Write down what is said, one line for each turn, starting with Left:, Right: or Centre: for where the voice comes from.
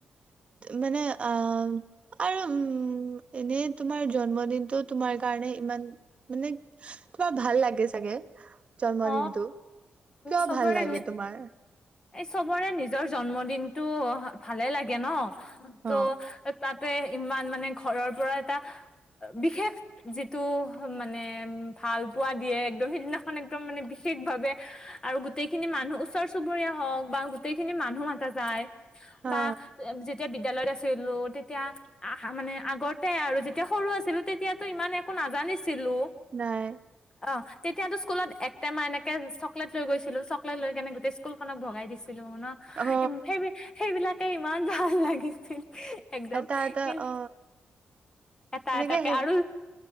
Right: মানে অ আৰু উ এনে তোমাৰ জন্ম দিনটো তোমাৰ কাৰণে ইমান মানে তোমাৰ ভাল লাগে চাগে। জন্মদিনতটো
Left: অ
Right: কিয়
Left: চবৰে
Right: ভাল লাগে তোমাৰ।
Left: এই চবৰে নিজৰ জন্মদিনতটো ভালে লাগে ন।
Right: অ
Left: তো তাত। ইমান মানে ঘৰৰ পৰা এটা বিশেষ যিটো মানে ভাল পোৱা দিয়ে একদম সিদিনাখন একদম মানে বিশেষ ভাৱে আৰু গোটেইখিনি মানুহ ওচৰ চুবুৰীয়া। হওক বা গোটেই খিনি মানুহ মাটা যায়।
Right: হা
Left: বা যে। যেতিয়া বিদ্য়ালয়ত আছিলো। তেতিয়া আহ মানে আগতে আৰু যেতিয়া সৰু আছিলো। তেতিয়াতো ইমান একো নাজানিছিল। ছিলো
Right: নাই
Left: অ। তেতিয়াতো স্কুল এক টেমা এনেকে চকলেট লৈ গৈছিলো চকলেট লৈ কেনে গোটেই স্কুল। খনক ভগাই দিছো। ন
Right: অ
Left: সেই সেইবিলাকেই। ইমান ভাল লাগিছিল। একদম
Right: এটা এটা
Left: কিন
Right: অ
Left: এটা
Right: এনেকে
Left: এটাকে
Right: হে
Left: আৰু